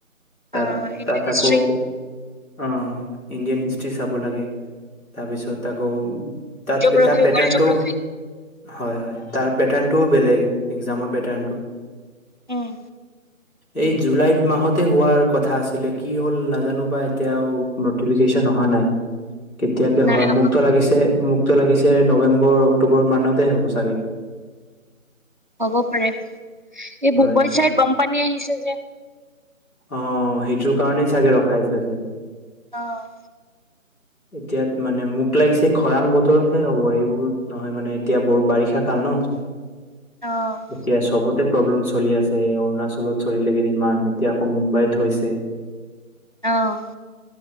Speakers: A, on the left (about 85°); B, on the right (about 35°).
A: তাত-তাত
B: আ ইণ্ডিয়ান হিষ্ট্ৰী
A: আকৌ আ ইণ্ডিয়ান হিষ্ট্ৰ্ৰী চাব লাগে। তাৰপিছত আকৌ তাত
B: জিঅ'গ্ৰাফি
A: তাৰ পেটাৰ্ণটো
B: ৱৰ্ল্ড জিঅ'গ্ৰাফি
A: হয়-হয় তাৰ পেটাৰ্ণটোও বেলেগ একজামৰ পেটাৰ্ণটো৷
B: উম
A: এই জুলাইত মাহতে হোৱাৰ কথা আছিলে কি হ'ল নাজানো বা এতিয়া আৰু নটিফিকেচন অহা নাই কেতিয়াকে
B: নাই
A: হয়
B: অহা
A: মোকটো লাগিছে মোক টো লাগিছে নৱেম্বৰ, অক্টোবৰ মানতে হ'ব চাগে।
B: হ'ব পাৰে, এই
A: হয়
B: বুবৈ <unintelligible> চাইড বানপানী আহিছে যে
A: অ সেইটোৰ কাৰণেই চাগে ৰখাই থৈছে।
B: অ
A: <inaudible> এতিয়াত মানে মোক লাগিছে খৰাং বতৰতহে হ'ব এইবোৰ নহয় মানে এতিয়া বৰ বাৰিষা কাল ন। <inaudible>
B: অ৷
A: এতিয়া চবতে প্ৰব্লেম চলি আছে, অৰুণাচলত চলিলে কেইদিনমান এতিয়া আকৌ মুম্বাইত হৈছে।
B: অঁ৷